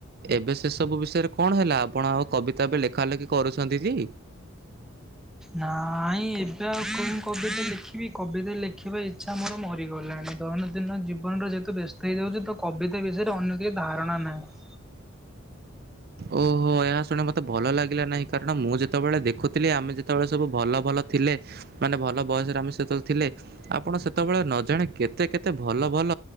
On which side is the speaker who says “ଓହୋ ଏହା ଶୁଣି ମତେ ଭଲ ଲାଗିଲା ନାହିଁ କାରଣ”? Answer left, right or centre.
Right